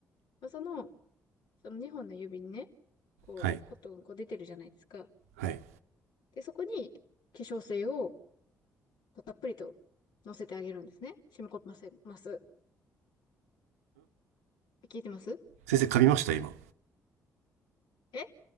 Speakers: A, on the left; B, on the right.
A: あその、その2本の指にね、こう、
B: はい。
A: コットンこう出てるじゃないですか。
B: はい。ん
A: で、そこに化粧水をこうたっぷりと乗せてあげるんですね。染み込ませます。聞いてます
B: 先生噛みました今。
A: え